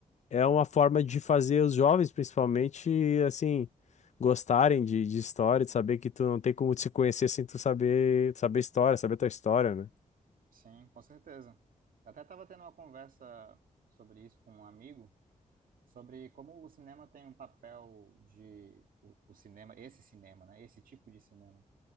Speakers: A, on the left; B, on the right.
A: é uma forma de fazer os jovens, principalmente, assim, gostarem de, de história, de saber que tu não tem como te conhecer sem tu saber, saber história, saber tua história, né?
B: sim, com certeza. Eu até estava tendo uma conversa sobre isso com um amigo, sobre como o cinema tem um papel de. O, o cinema, esse cinema, né? Esse tipo de cinema.